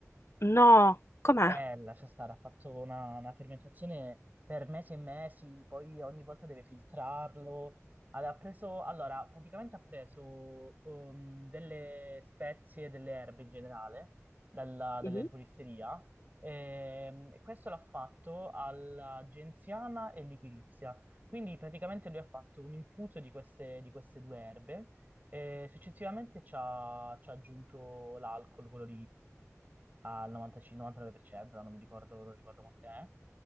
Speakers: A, on the left; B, on the right.
A: No, com'è?
B: Eh, lascia stare, ha fatto una, una fermentazione per mesi e mesi, poi ogni volta deve filtrarlo. Ha ha preso, allora, praticamente ha preso um, delle spezie, delle erbe in generale, dalla- dall'erboristeria,
A: Mhm.
B: ehm, e questo l'ha fatto alla genziana e liquirizia. Quindi praticamente lui ha fatto un infuso di queste, di queste due erbe e successivamente ci ha, ci ha aggiunto l'alcol, quello al 95 99%, non mi ricordo, non ricordo quanto è.